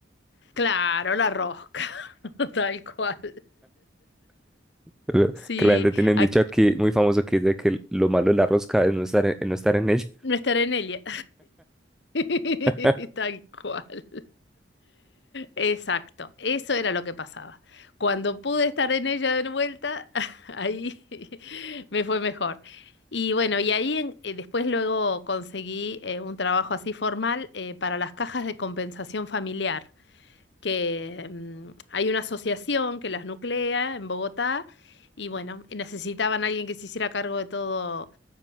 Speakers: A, on the left (about 65°); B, in the centre.
A: Claro, la rosca, <laughs> tal cual.
B: Lo-
A: Sí,
B: Que la gente tiene un
A: ac-
B: dicho aquí muy famoso que dice que lo malo de la rosca es no estar en, no estar en ella.
A: no estaré en ella. <laughs>
B: <laughs>
A: Tal cual. Exacto, eso era lo que pasaba. Cuando pude estar en ella de vuelta, <laughs> ahí <laughs> me fue mejor. Y bueno, y ahí en- eh, después luego conseguí eh, un trabajo así formal eh, para las cajas de compensación familiar, que mm, hay una asociación que las nuclea en Bogotá. Y bueno, necesitaban a alguien que se hiciera cargo de todo